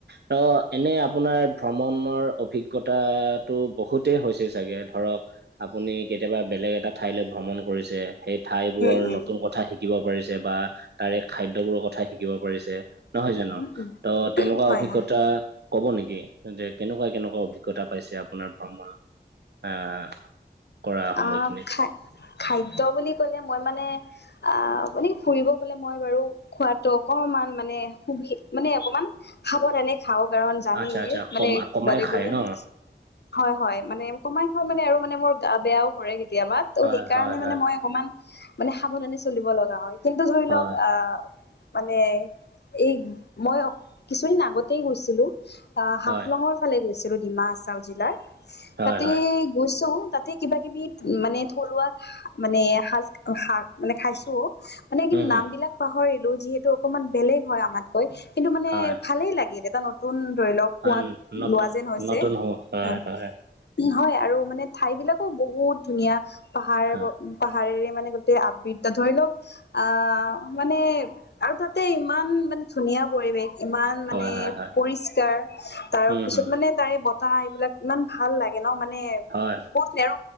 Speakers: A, on the right; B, on the left.
A: ত এনে আপোনাৰ ভ্ৰমণৰ অভিজ্ঞতাটো বহুতেই হৈছে চাগে ধৰক আপুনি কেতিয়াবা বেলেগ এটা ঠাইলৈ ভ্ৰমণ কৰিছে সেই ঠাই বোৰৰ
B: উম উম
A: নতুন কথা শিক শিকিব পাৰিছে বা তাৰে খাদ্যবোৰৰ কথা শিক শিকিব পাৰিছে নহয় জানো
B: উম উম
A: ত তেনেকুৱা
B: হয়
A: অভিজ্ঞতা
B: হয়
A: কব নেকি যে কেনেকুৱা কেনেকুৱা অভিজ্ঞতা পাইছে আপোনাৰ ভ্ৰমণ আহ কৰা সময়খিনিত
B: আ খা খাদ্য বুলি ক'লে মই মানে আ মানে ফুৰিব গলে মই বাৰু খোৱাতো অকণমান মানে সুবি মানে অকমান খাব কাৰনে খাওঁ কাৰণ জানেই
A: আচ্ছা আচ্ছা
B: মানে
A: কম কমাই
B: তাতে
A: খায়
B: গলেম
A: ন
B: হয় হয় মানে কমাই খাওঁ মানে আৰু মানে মোৰ গা বেয়াও কৰে কেতিয়াবা। ত
A: হয়
B: সেইকাৰণে
A: হয় হয়
B: মানে মই অকমান মানে সাৱধানী চলিব লগা হয় কিন্তু ধৰি
A: হয়
B: লওক আহ মানে এই মই কিছুদিন আগতেই গৈছিলো আ হাফলঙৰ
A: হয়
B: ফালে গৈছিলো ডিমা আাছাও জিলাৰ
A: হয়
B: তাতে
A: হয়
B: গৈছো তা তে কিবা কিবি মানে থলুৱা মানে সাজ শাক মানে খাইছো। মানে কিন
A: উম হম
B: নামবিলাক পাহৰিলো যিহেতু অকনমান বেলেগ হয় আমাতকৈ। কিন্তু মানে
A: হয়
B: ভালেই লাগিল এটা নতুন ধৰি লওক
A: হয়
B: সোৱাদ
A: নত
B: লোৱা যেন হৈছে
A: নতুন হ'ব হয়
B: আহ
A: হয়
B: উ হয় আৰু মানে ঠাইবিলাকো বহুত ধুনীয়া পাহাৰ
A: হয়
B: প পাহাৰেৰে মানে গোটেই আবৃদ্ধ ধৰি লওক আ মানে আৰু তাতে ইমান মানে ধুনীয়া পৰিৱেশ ইমান
A: হয়
B: মানে
A: হয় হয়
B: পৰিষ্কাৰ তাৰ
A: উম
B: পিছত
A: হম
B: মানে তাৰে এই বতাহ এইবিলাক ইমান ভাল লাগে ন মানে
A: হয়
B: বত আৰু